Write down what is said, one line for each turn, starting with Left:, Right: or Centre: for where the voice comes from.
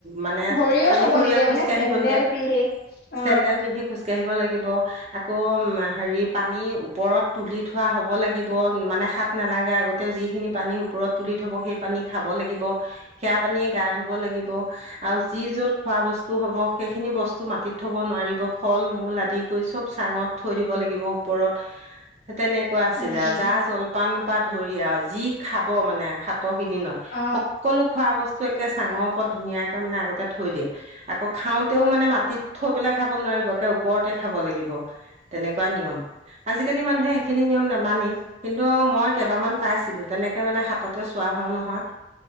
Right: মানে
Left: ভৰিও
Right: খালী
Left: থব
Right: ভৰিয়ে
Left: নিদিয়ে
Right: খোজকাাঢ়িব
Left: মানে চেন্দেল
Right: নিদিয়ে
Left: পিন্ধি অ।
Right: চেণ্ডেল পিন্ধি খোজকাাঢ়িব লাগিব। আকৌ হেৰি পানী ওপৰত তুলি থোৱা হব লাগিব মানে শাত নালাগা আগতে যিখিনি পানী ওপৰত তুলি থব সেই পানী খাব লাগ- সে পান গা ধুব লাগিব আৰু যি যত খোৱা বস্তু হব সেইখিনি বস্তু মা- মাটিত থব নোৱাৰিব ফল মূল আদি কৰি চব চাঙত থৈ দিব লাগিব ওপৰত তেনেকুৱা আছিলে
Left: উম
Right: আৰু যা জলপান পৰা ধৰি আৰু যি খাব মানে হাত ত কিইদিনত
Left: অ
Right: সকলো খোৱা বস্তু একে চাঙৰ ওপৰত ধুনীয়াকে মানে আগতে থৈ দিয়ে আকৌ খাওঁতেও মানে মাটিত থৈ পেলাই খাব নোৱাৰিব একে ওপৰতে খাব লাগিব তেনেকুৱা নিয়ম আজিকালি মানুহে সেইখিনি নি- নিয়ম নামানি কিন্তু মই কেইবামান পাইছিলো তেনেকে মানে হাততে চোৱা হওঁ নহয়।